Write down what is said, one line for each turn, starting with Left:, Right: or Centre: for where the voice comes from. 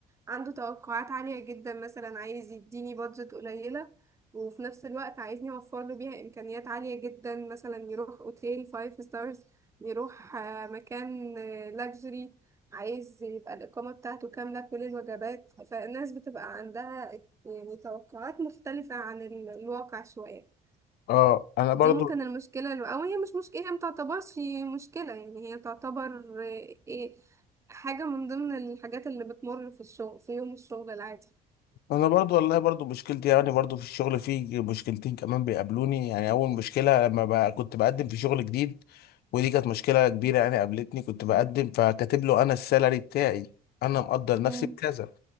Right: عنده توقعات عالية جدا مثلا عايز يديني بادجت قليلة وفي نفس الوقت عايزني اوفر له بيها امكانيات عالية جدا مثلا يروح اوتيل فايف ستارز يروح آه، مكان لاكجري عايز يبقى الإقامة بتاعته كاملة كل الوجبات فالناس بتبقى عندها يعني توقعات مختلفة عن ال- الواقع شوية
Left: اه انا
Right: دي
Left: برضو
Right: ممكن المشكلة اللي أو هي مش مشكلة هي متعتبرش مشكلة يعني هي تعتبر آه، إيه حاجة من ضمن الحاجات اللي بتمر في الشغل في يوم الشغل العادي
Left: انا برضو والله برضو مشكلتي يعني برضو في الشغل في مشكلتين كمان بيقابلوني يعني اول مشكله لما بقى كنت بقدم في شغل جديد ودي كانت مشكله كبيره يعني قابلتني كنت بقدم فكاتب له انا السالري بتاعي انا مقدر نفسي
Right: مم.
Left: بكذا